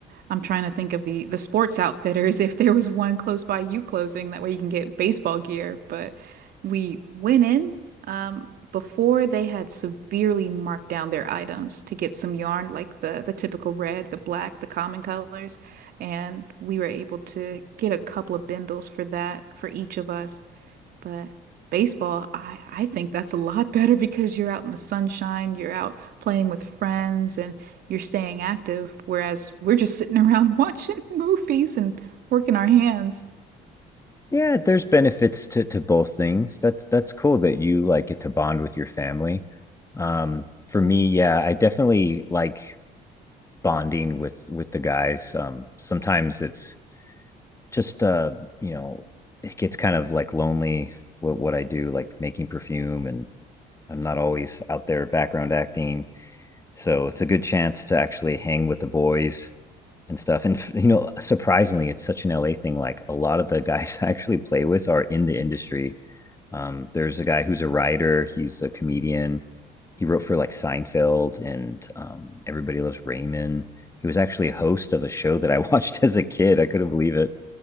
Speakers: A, on the right; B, on the left.
A: I'm trying to think of the the sports outfitters if there was one close by you closing that way you can get baseball gear. But we went in um, before they had severely marked down their items to get some yarn, like the the typical red, the black, the common colors, and we were able to get a couple of bindles for that for each of us. But baseball, I, I think that's a lot <laughs> better because you're out in the sunshine, you're out playing with friends, and you're staying active, whereas we're just sitting around <laughs> watching movies and working our hands.
B: Yeah, there's benefits to to both things. That's that's cool that you like get to bond with your family. Um, for me, yeah, I definitely like bonding with with the guys. Um, sometimes it's just uh you know it gets kind of like lonely what what I do like making perfume and I'm not always out there background acting so it's a good chance to actually hang with the boys and stuff and you know surprisingly it's such an LA thing like a lot of the guys <laughs> I actually play with are in the industry um there's a guy who's a writer he's a comedian he wrote for like Seinfeld and um, Everybody Loves Raymond he was actually a host of a show that I <laughs> watched as a kid I couldn't believe it